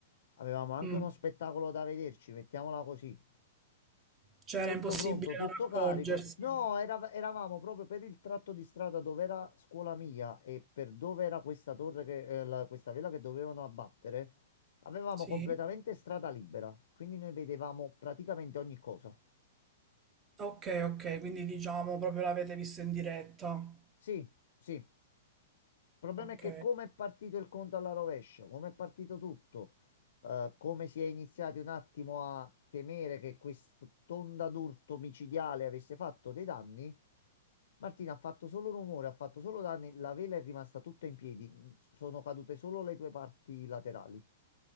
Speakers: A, on the left (about 75°); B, on the right (about 20°).
A: avevamo anche
B: Mm.
A: uno spettacolo da vederci, mettiamola così.
B: Cioè era
A: Tutto
B: impossibile
A: pronto, tutto
B: non accorgersi.
A: carico. No, era- eravamo proprio per il tratto di strada dove era scuola mia e per dove era questa torre che, eh, la- questa vela che dovevano abbattere. Avevamo
B: Sì.
A: completamente strada libera, quindi noi vedevamo praticamente ogni cosa.
B: Ok, ok, quindi diciamo proprio l'avete vista in diretta.
A: Sì, sì. Il problema
B: Ok.
A: è che come è partito il conto alla rovescia, come è partito tutto, eh, come si è iniziati un attimo a temere che quest'onda d'urto micidiale avesse fatto dei danni, Martina ha fatto solo rumore, ha fatto solo danni, la vela è rimasta tutta in piedi, sono cadute solo le due parti laterali,